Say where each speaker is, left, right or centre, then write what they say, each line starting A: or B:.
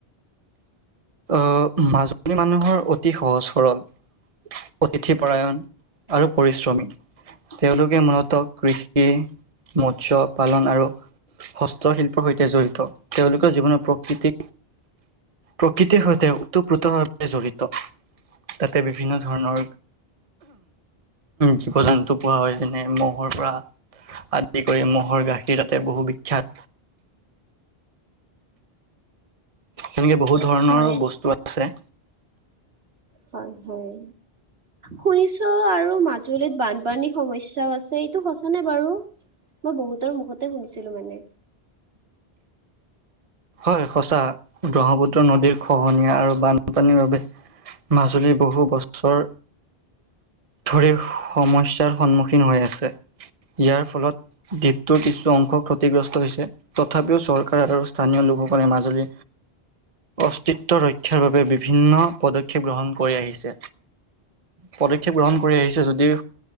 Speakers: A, on the right; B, on the right.
A: আহ মাজুলী মানুহৰ অতি সহজ সৰল অতিথিপৰায়ণ আৰু পৰিশ্ৰমী তেওঁলোকে মূলত কৃষি মৎস্য পালন আৰু হস্তশিল্পৰ সৈতে জড়িত তেওঁলোকৰ জীৱনৰত প্ৰকৃতি প্ৰকৃতিৰ সৈতে ওতঃপ্ৰোতভাৱে জড়িত তাতে বিভিন্ন ধৰণৰ জীৱ জন্তু পোৱা হয় যেনে মহ'ৰ পৰা আদি কৰি মহ'ৰ গাখীৰ বহু বিখ্যাত সেনেকে বহুত ধৰণৰ
B: হয়
A: বস্তু আছে
B: হয় হয় শুনিছো আৰু মাজুলীত বানপানী সমস্যাও আছে এইটো সঁচা নে বাৰু মই বহুতৰ মুখতে শুনিছিলো মানে
A: হয় সঁচা ব্ৰহ্মপুত্ৰ নদীৰ খহনীয়া আৰু বানপানীৰ বাবে মাজুলীৰ বহু বছৰ ধৰি সমস্যয়াৰ সন্মুখীন হৈ আছে ইয়াৰ ফলত দ্বীপটোৰ কিছু অংশ ক্ষতিগ্ৰস্ত হৈছে তথাপিও চৰকাৰ আৰু স্থানীয় লোকসকলে মাজুলী অস্তিত্ব ৰক্ষাৰ বাবে বি ভিন্ন পদক্ষেপ গ্ৰহণ কৰি আহিছে। পদক্ষেপ গ্ৰহণ কৰি আহিছে যদিও,